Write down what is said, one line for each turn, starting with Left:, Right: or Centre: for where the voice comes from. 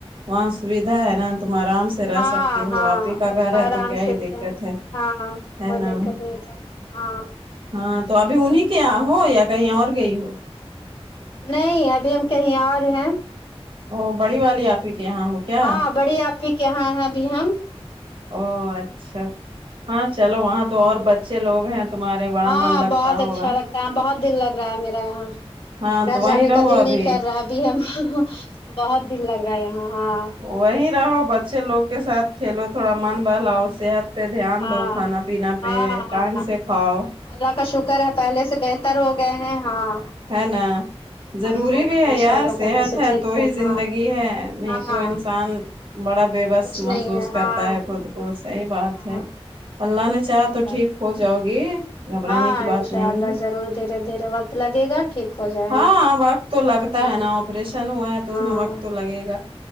Right: وہاں سویدھا ہے نا تم آرام سے سے رہ
Left: ہاں
Right: سکتی ہو آپ ہی کا گھر ہے
Left: آرام
Right: تو کیا
Left: سے
Right: ہی دقت
Left: تھے
Right: ہے
Left: ہاں ہاں
Right: ہے
Left: کوئی
Right: نا
Left: دقت نہیں تھا ہاں
Right: ہاں تو ابھی انہیں کے یہاں ہو یا کہیں اور گئی ہو
Left: نہیں ابھی ہم کہیں اور ہیں
Right: وں بڑی والی آپی کے یہاں ہو کیا
Left: ہاں بڑی آپی کے یہاں ہے ابھی ہم
Right: او اچھا ہاں چلو وہاں تو اور بچے لوگ ہیں تمہارے بڑا
Left: ہاں
Right: من لگتا
Left: بہت اچھا
Right: ہوگا
Left: لگتا بہت دل لگ رہا ہے میرا یہاں
Right: ہاں
Left: گھر
Right: تو وہیں
Left: جانے
Right: رہو
Left: کا دل
Right: ابھی
Left: نہیں کر رہا ابھی ہم بہت دن لگ رہا ہے یہاں ہاں
Right: وہی رہو بچے لوگ کے ساتھ کھیلو تھوڑا من بہلاؤ صحت پہ دھیان
Left: ہاں
Right: دو کھانا پینا پہ
Left: ہاں ہاں
Right: ٹائم سے کھاؤ
Left: اللہ کا شکر ہے پہلے سے بہتر ہو گئے ہیں ہاں
Right: ہے نا ضروری
Left: ہاں
Right: بھی ہے
Left: ماشاء
Right: یار
Left: اللہ
Right: صحت
Left: پہلے سے
Right: ہے
Left: ٹھیک
Right: تو تو ہی زندگی
Left: ہاں
Right: ہے نہیں
Left: ہاں
Right: تو انسان بڑا بے بس
Left: کچھ نہیں
Right: محسوس
Left: ہے
Right: کرتا
Left: ہاں
Right: ہے خود کو صحیح بات
Left: ہاں
Right: ہے اللہ نے چاہا
Left: صحیح
Right: تو
Left: بات
Right: ٹھیک ہو جاؤ گی گھبرانے
Left: ہاں
Right: کی بات
Left: ان شاء
Right: نہیں
Left: اللہ
Right: ہے
Left: ضرور دھیرے دھیرے وقت لگے گا ٹھیک ہو جائیں
Right: ہاں
Left: گے
Right: وقت تو لگتا
Left: ہ
Right: ہے نا آپریشن ہوا ہے تو
Left: ہاں
Right: اس میں وقت تو لگے گا